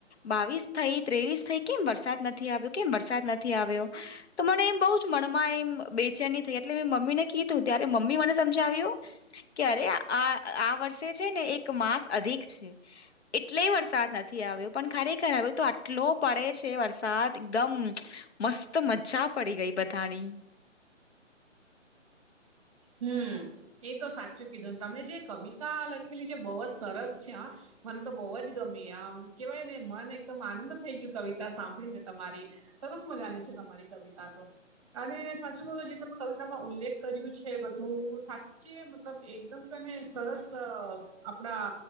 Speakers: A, on the left; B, on the right.
A: બાવીસ થઈ ત્રેવીસ થઈ કેમ વરસાદ નથી આવ્યો કેમ વરસાદ નથી આવ્યો તો મને એમ બહુ જ મનમાં એમ બે ચેન ની થઈ એટલે મેં મમ્મીને કી ું ત્યારે મમ્મી મને સમજાવ્યું કરે આ આ વર્ષે છે ને એક માસ અધિક છે. એટલે વરસાદ નથી આવ્યો પણ ખરેખર આવ્યો તો આટલો પડે છે વરસાદ એકદમ મસ્ત મજા પડી ગઈ બધાની
B: હમ એ તો સાચું કીધુંને તમને જે કવિતા લખેલી જે બહુ જ સરસ છે હ મને તો બહુ જ ગમી આમ કેહેવાય ને મને એકદમ આનંદ થઈ ગયું કવિતા સાંભળીને તમારી સરસ મજાની છે તમારી કવિતા તો અને સાચું કહું જે તમે કવિતામાં ઉલ્લેખ કર્યું છે. બધું સાચે મતલબ એકદમ કેને સરસ આપણા